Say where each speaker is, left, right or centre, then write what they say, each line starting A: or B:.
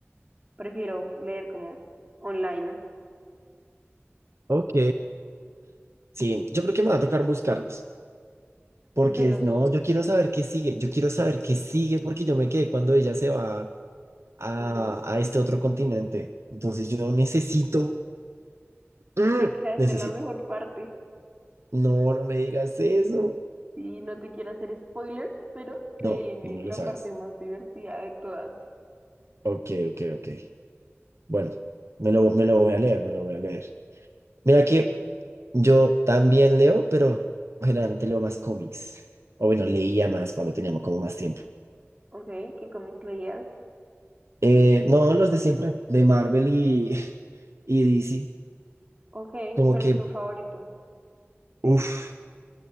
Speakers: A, on the right; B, on the right.
A: prefiero leer como online.
B: Ok, sí, yo creo que me va a tocar buscarlas. Porque
A: Yo los,
B: no, yo quiero saber qué sigue. Yo quiero saber qué sigue porque yo me quedé cuando ella se va a,
A: ujú,
B: a este otro continente. Entonces yo necesito, ¡mm!
A: te quedaste
B: necesito.
A: en la mejor parte.
B: No, no me digas eso.
A: Y no te quiero hacer spoilers, pero se
B: No,
A: viene
B: no me
A: la
B: lo hagas.
A: parte más divertida de todas.
B: Ok, ok, ok. Bueno, me lo, me lo voy a leer, me lo voy a leer. Mira
A: Y,
B: que Yo también leo, pero generalmente leo más cómics. O bueno, leía más cuando teníamos como más tiempo.
A: ok, ¿qué cómic leías?
B: Eh, no, los de siempre, de Marvel y, <laughs> y DC.
A: Ok,
B: Como
A: ¿cuál
B: que,
A: es tu favorito?
B: uff.